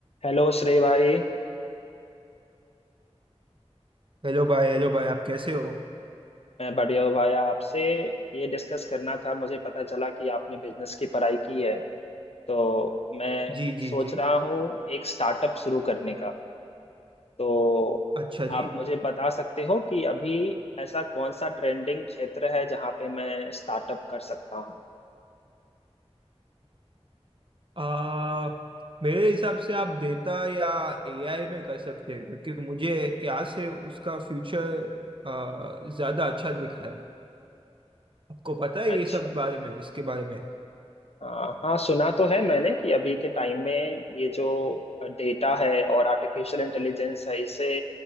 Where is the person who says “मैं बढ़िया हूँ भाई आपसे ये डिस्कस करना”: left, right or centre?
Left